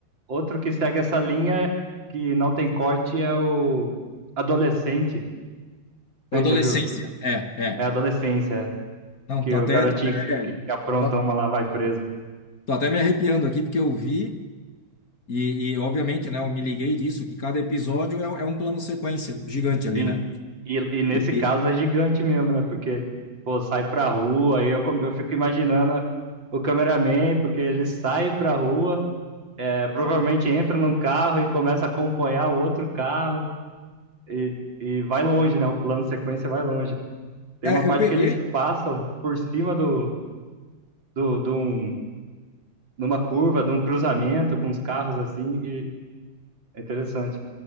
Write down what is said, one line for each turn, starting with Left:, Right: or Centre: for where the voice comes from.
Right: outro que segue essa linha que não tem corte é o adolescente.
Left: com
Right: Você
Left: a adolescência.
Right: já viu?
Left: É, é.
Right: É adolescência, é,
Left: Não,
Right: que
Left: tô até,
Right: o garotinho
Left: tô até,
Right: que, que apronta
Left: tô,
Right: uma lá vai preso.
Left: tô até me arrepiando aqui porque eu vi e, e obviamente, né, eu me liguei disso, que cada episódio é, é um plano sequência gigante ali,
Right: Sim.
Left: né?
Right: E, e nesse
Left: E,
Right: caso é gigante mesmo, né? Porque, pô, sai pra rua, aí eu, com- eu fico imaginando a- o cameraman, porque ele sai pra rua, é, provavelmente entra num carro e começa a acompanhar o outro carro. E, e vai longe, né? O plano sequência vai longe. Tem
Left: é,
Right: uma parte
Left: eu peguei.
Right: que eles passam por cima do, do, de um, numa curva, de um cruzamento com os carros assim, e é interessante.